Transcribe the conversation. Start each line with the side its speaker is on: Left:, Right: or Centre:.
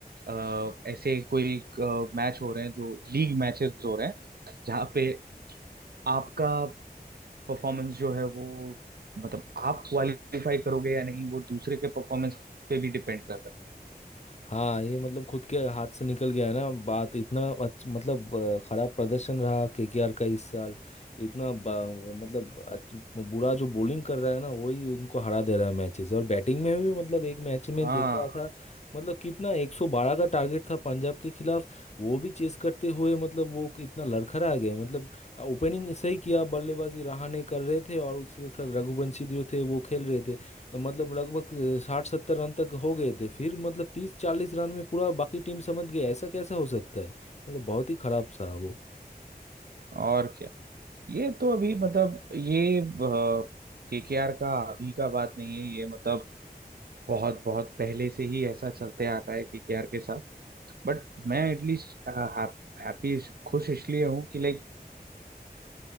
Right: अ, ऐसे कोई मैच हो रहे हैं जो लीग मैचेस हो रहे हैं जहाँ पे आपका परफॉर्मेंस जो है वो मतलब आप क्वालिफाई करोगे या नहीं वो दूसरे के परफॉर्मेंस पे भी डिपेंड कर रहा है
Left: हाँ ये मतलब खुद के हाथ से निकल गया है ना बात इतना अच्छ, मतलब अ, खराब प्रदर्शन रहा केकेआर का इस साल इतना बा- मतलब अच्छ- बुरा जो बॉलिंग कर रहा है ना वही उनको हरा दे रहा है मैचेस और बैटिंग में भी मतलब एक मैच में
Right: हाँ
Left: देख रहा था मतलब कितना 112 का टारगेट था पंजाब के खिलाफ वो भी चेस करते हुए मतलब वो कितना लड़खड़ा गए मतलब ओपनिंग सही किया बल्लेबाजी रहाणे कर रहे थे और उसके साथ रघुवंशी जो थे वो खेल रहे थे तो मतलब लगभग साठ सत्तर रन तक हो गए थे फिर मतलब तीस चालीस रन में पूरा बाकी टीम समझ गई ऐसा कैसा हो सकता है मतलब बहुत ही खराब था वो
Right: और क्या ये तो अभी मतलब ये केकेआर का अभी का बात नहीं है ये मतलब बहुत बहुत पहले से ही ऐसा चलते आ रहा है केकेआर के साथ बट मैं एटलीस्ट हैप्पी खुश इसलिए हूँ कि लाइक